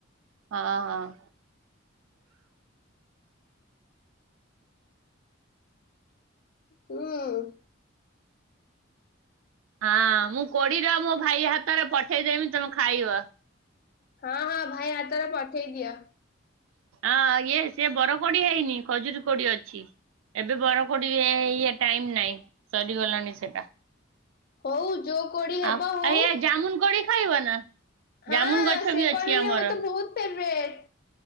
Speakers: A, on the right; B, on the left.
A: ହଁ ହଁ।
B: ହୁଁ ଉଁ।
A: ହଁ ମୁଁ କୋଡିର ମୋ ଭାଇ ହାତରେ ପଠେଇଦେମି ତମେ ଖାଇବ।
B: ହଁ -ହଁ ଭାଇ ହାତାରେ ପଠେଇ ଦିଅ।
A: ଆଁ ଇଏ ସେ ବର କୋଡିଆ ହେଇନି ଖଜୁରୀ କୋଡି ଅଛି। ଏବେ ବର କୋଡି ଇଏ ଟାଇମ୍ ନାଇଁ ସରିଗଲାଣି ସେଟା।
B: ହୋଉ ଯୋଉ କୋଡି ହେବ
A: ଆଉ
B: ହୋଉ।
A: ଆ ଏ ଜାମୁନ କୋଳି ଖାଇବ ନା
B: ହଁ
A: ଜାମୁନ ଗଛ
B: ସେ
A: ଅଛି
B: କୋଳି
A: ଆମର।
B: ବି ମୋତେ ବୋହୁତ୍ ଫେବ୍ରେଟ୍।